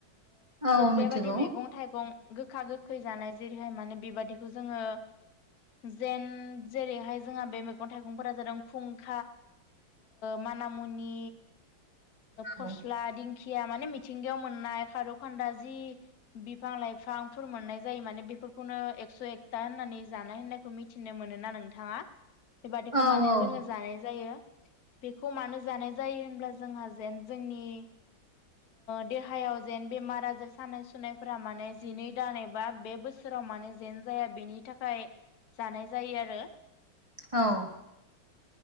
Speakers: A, on the right; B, on the left.
A: औ मिथिगौ
B: बेबादि मैगं थाइगं गोखा गोखै जानाय जेरैहाय माने बेबादिखौ जोङो जेन जेरैहाय जोंहा बे मैगं थाइगंफोरा जादों खुंख्रा मानामुनि फस्ला
A: औ
B: दिंखिया दिंखिया माने मिथिंगायाव मोननाय खारौ खान्दाय जि बिफां लाइफांफोर मोननाय जायो माने बेफोरखौनो एकस' एकथा होननानै जानाय होननायखौ मिथिनो मोनो ना नोंथाङा बेबादिखौ
A: औ
B: माने
A: औ
B: जोङो जानाय जायो बेखौ मानो जानाय जायो होनब्ला जोंहा जेन जोंनि देहायाव जेन बेमार आजार सानाय सुनायफोरा माने जिनै दान एबा बे बोसोराव माने जेन जाया बेनि थाखाय जानाय जायो आरो
A: औ